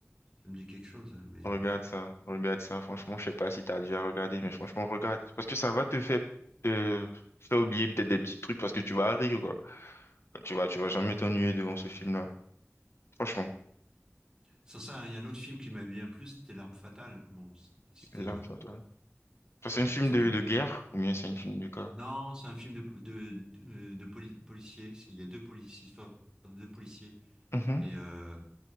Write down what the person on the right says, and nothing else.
ça me dit quelque chose, mais
euh,
sans ça, il y a un autre film qui m'a bien plu, c'était L'Arme fatale. Bon, c'était,
euh,
t'as-
ça
te dit rien
Non, c'est un film de po- de de, de poli- policiers. C'est- Il y a deux policiers, histoire de deux policiers,
et euh,